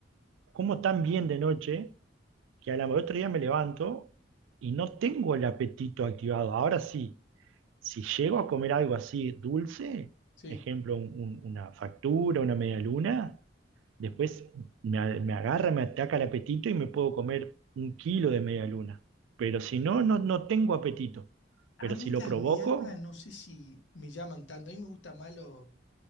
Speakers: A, on the right (about 85°); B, on the left (about 70°).
A: como tan bien de noche que a la otro día me levanto y no tengo el apetito activado. Ahora sí, si llego a comer algo así dulce,
B: Sí.
A: ejemplo, un- un- una factura, una media luna. Después me, a- me agarra, me ataca el apetito y me puedo comer un kilo de media luna. Pero si no, no, no tengo apetito.
B: A
A: Pero
B: mí
A: si lo
B: las
A: provoco,
B: medialunas no sé si me llaman tanto, a mí me gusta más lo-